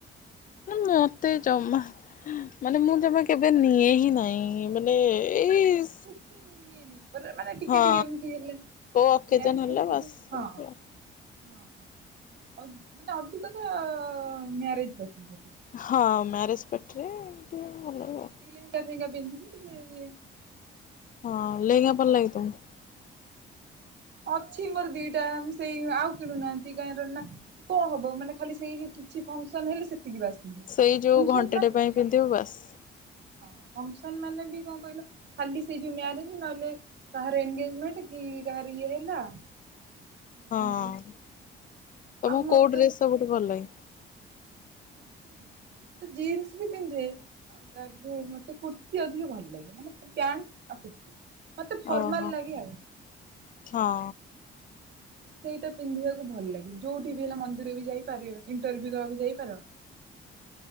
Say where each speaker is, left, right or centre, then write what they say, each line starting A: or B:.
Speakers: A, on the left (about 45°); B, on the right (about 60°).
A: ନାଁ ମତେ ଜମାଃ ମାନେ ମୁଁ ଜମା କେବେ ନିଏ ହିଁ ନାଇ। ମାନେ ଏଇ
B: କି ନିଏନି। ମାନେ ମାନେ ଟିକେ
A: ହଁ
B: ଟିକେ ଏମତି ହେଲେ
A: କୋଉ ଅକେଜନ
B: ମ୍ୟାରେଜ
A: ହେଲା
B: ଫ୍ୟାରେଜ
A: ବାସ୍
B: ହେଲେ
A: ସେମିତି
B: ହଁ ହଁ।
A: ଆଉ।
B: ହଁ ହଁ ଅ ମାନେ ଅଧିକ ତ ମ୍ୟାରେଜ ପାର୍ଟିରେ।
A: ହଁ ମ୍ୟାରେଜ ପାର୍ଟିରେ ଟିକିଏ ଭଲ ଲାଗେ
B: ହଁ
A: ଆଉ।
B: କି ଲେହେଙ୍ଗା ଫେହେଙ୍ଗା ପିନ୍ଧିକି ଟିକିଏ ଇଏ
A: ହଁ ଲେହଙ୍ଗା ଭଲ ଲାଗେ ତମକୁ?
B: ଅଛି ମୋର ଦିଇଟା ସେଇ ଆଉ କିଣୁନାହାନ୍ତି କାହାର ନା କଣ ହବ ମାନେ ଖାଲି ସେଇ କିଛି ଫଙ୍କସନ୍ ହେଲେ ସେତିକି ବାସ୍। ପିନ୍ଧିବେ।
A: ସେଇ ଯୋଉ
B: ଫଙ୍କସନ
A: ଘଣ୍ଟାଟେ
B: ମାନେ
A: ପାଇଁ ପିନ୍ଧିବୁ ବାସ୍।
B: ହଁ ଫଙ୍କସନ ମାନେ ବି କଣ କହିଲ ଖାଲି ସେଇ ଯୋଉ ମାରେଜ ନହେଲେ କାହାର ଏଗେଜମେଣ୍ଟ କି କାହାର ଇଏ ହେଲା
A: ହଁ
B: କଣ
A: ତମକୁ
B: ଆମର
A: କୋଉ
B: ତ
A: ଡ୍ରେସ୍ ସବୁଠୁ ଭଲ ଲାଗେ।
B: ମତେ ଜିନ୍ସ ବି ପିନ୍ଧେ। ଆଉ ତାପରେ ମତେ କୁର୍ତ୍ତୀ ଅଧିକ ଭଲ ଲାଗେ ମାନେ ପ୍ୟାଣ୍ଟ ଆଉ କୁର୍ତ୍ତୀ। ମତେ ଫର୍ମାଲ
A: ଓହୋ
B: ଲାଗେ ଆଉ ହଁ।
A: ହଁ
B: ସେଇଟା ପିନ୍ଧିବାକୁ ଭଲ ଲାଗେ ଯୋଉଠି ବି ହେଲା ମନ୍ଦିର ବି ଯାଇପାରିବ ଇଣ୍ଟରଭ୍ୟୁ ଦବାକୁ ଯାଇପାର।
A: <inaudible>